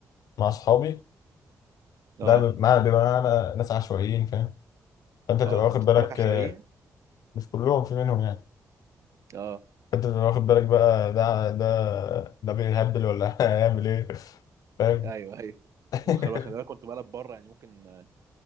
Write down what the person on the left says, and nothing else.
مع اصحابي
ده مع بيبقى معانا ناس عشوائيين فاهم فانت بتبقى
واخد
بالك
آه، مش كلهم في منهم يعني
انت اللي واخد بالك بقى ده ده ده بيهبل ولا <laughs> هيعمل ايه فاهم
<laughs>